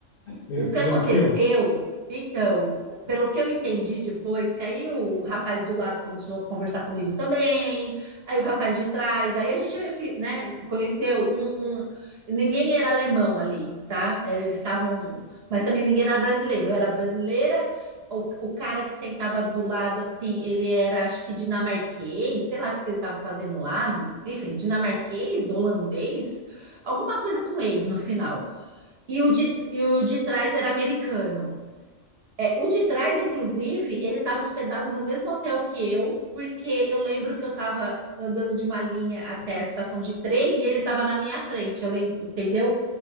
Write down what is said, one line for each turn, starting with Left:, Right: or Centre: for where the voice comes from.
Left: Eu
Right: O
Left: falando
Right: que aconteceu,
Left: aqui, ó.
Right: então, pelo que eu entendi depois, que aí o rapaz do lado começou a conversar comigo também, aí o rapaz de trás, aí a gente meio que, né, se conheceu, um, um- ninguém era alemão ali, tá? Era- Eles estavam, mas também ninguém era brasileiro, eu era brasileira, o, o cara que sentava do lado, assim, ele era, acho que dinamarquês, sei lá o que que ele estava fazendo lá, enfim, dinamarquês, holandês, alguma coisa com ex no final. E o de, e o de trás era americano. É, o de trás, inclusive, ele estava hospedado no mesmo hotel que eu, porque eu lembro que eu estava andando de Malinha até a estação de trem e ele estava na minha frente, eu lembro, entendeu?